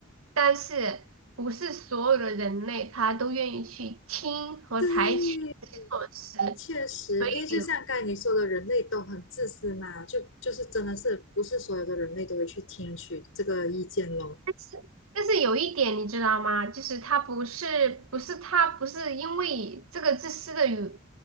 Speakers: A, on the right; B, on the left.
A: 但是不是所有的人类他都愿意去听和采取这些措施，
B: 对，确实，
A: 所以
B: 因为就像刚才你说的，人类都很自私嘛，就就是真的是不是所有的人类都会去听取这个意见咯。
A: 但是但是有一点你知道吗？就是他不是不是他不是因为这个自私的与